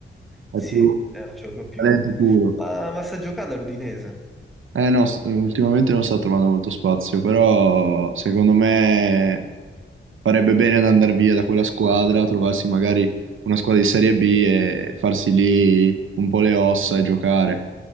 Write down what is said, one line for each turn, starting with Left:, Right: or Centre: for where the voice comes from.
Right: è
Centre: Sì,
Right: più
Centre: è un gioco più...
Right: talento puro.
Centre: Ma, ma sta giocando all'Udinese.
Right: Eh no, s- ultimamente non sta trovando molto spazio, però secondo me farebbe bene ad andare via da quella squadra, trovarsi magari una squadra di Serie B e farsi lì un po' le ossa e giocare.